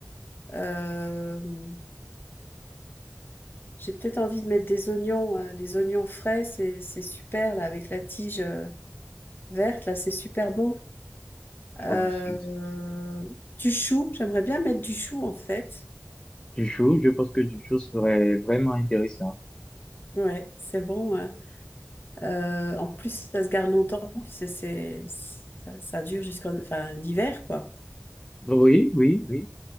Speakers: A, on the left; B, on the left.
A: euh, j'ai peut-être envie de mettre des oignons, hein, des oignons frais, c'est, c'est super là avec la tige euh, verte là, c'est super bon.
B: Je
A: Euh,
B: trouve aussi
A: du chou, j'aimerais bien mettre du chou en fait.
B: du chou, je pense que du chou serait vraiment intéressant.
A: Ouais, c'est bon. ouais. Euh, en plus, ça se garde longtemps. C'est, c'est, ça, ça dure jusqu'en enfin, l'hiver, quoi.
B: Oui, oui, oui.